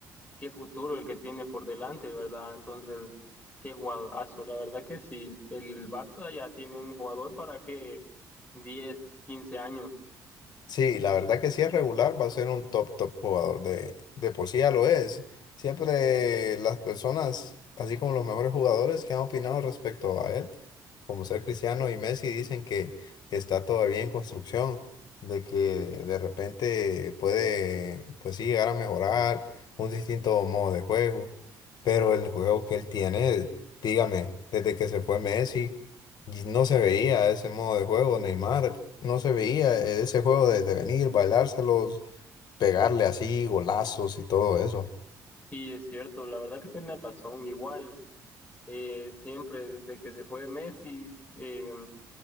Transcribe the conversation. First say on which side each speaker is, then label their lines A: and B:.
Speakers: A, on the left; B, on the left.
A: qué futuro el que tiene por delante, ¿verdad? Entonces, qué jugadorazo, la verdad que sí, el Barça ya tiene un jugador para que diez quince años,
B: Sí, la verdad que si es regular va a ser un top, top jugador. De, de por sí ya lo es. Siempre las personas, así como los mejores jugadores que han opinado respecto a él, como ser Cristiano y Messi, dicen que está todavía en construcción, de que de repente puede, pues sí, llegar a mejorar un distinto modo de juego. Pero el juego que él tiene, dígame, desde que se fue Messi. Y no se veía ese modo de juego, Neymar, no se veía ese juego de, de venir, bailárselos, pegarle así, golazos y todo eso.
A: sí es cierto, la verdad que tiene razón, igual, eh, siempre desde que se fue Messi, eh,